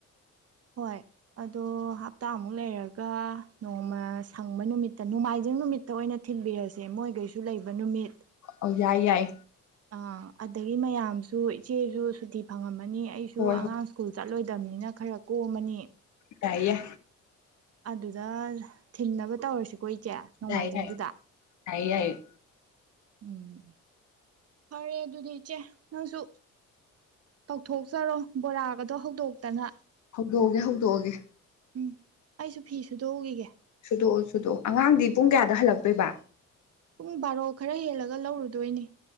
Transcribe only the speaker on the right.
ꯍꯣꯏ ꯑꯗꯣ ꯍꯞꯇꯥꯃꯨꯛ ꯂꯩꯔꯒ ꯅꯣꯡꯃ ꯁꯪꯕ ꯅꯨꯃꯤꯠꯇ ꯅꯣꯡꯃꯥꯏꯖꯤꯡ ꯅꯨꯃꯤꯠꯇ ꯑꯣꯏꯅ ꯊꯤꯟꯕꯤꯔꯁꯦ ꯃꯣꯏꯒꯩꯁꯨ ꯂꯩꯕ ꯅꯨꯃꯤꯠ
ꯑꯥ ꯑꯗꯒꯤ ꯃꯌꯥꯝꯁꯨ ꯏꯆꯦꯁꯨ ꯁꯨꯇꯤ ꯐꯪꯉꯝꯃ ꯑꯅꯤ ꯑꯩꯁꯨ
ꯑꯉꯥꯡ
ꯁ꯭ꯀꯨꯜ ꯆꯠꯂꯣꯏꯗꯕꯅꯤꯅ ꯈꯔ ꯀꯣꯝꯃꯅꯤ
ꯑꯗꯨꯗ ꯊꯤꯟꯅꯕ ꯇꯧꯔꯁꯤꯀꯣ ꯆꯦ ꯅꯣꯡꯃꯥꯏꯖꯤꯡꯗꯨꯗ
ꯎꯝ ꯐꯔꯦ ꯑꯗꯨꯗꯤ ꯏꯆꯦ ꯅꯪꯁꯨ ꯇꯧꯊꯣꯛꯆꯔꯣ ꯕꯣꯔꯥꯒꯗꯣ ꯍꯧꯗꯣꯛꯇꯅ
ꯎꯝ ꯑꯩꯁꯨ ꯐꯤ ꯁꯨꯗꯣꯛꯎꯈꯤꯒꯦ
ꯄꯨꯡ ꯕꯥꯔꯣ ꯈꯔ ꯍꯦꯜꯂꯒ ꯂꯧꯔꯨꯗꯣꯏꯅꯦ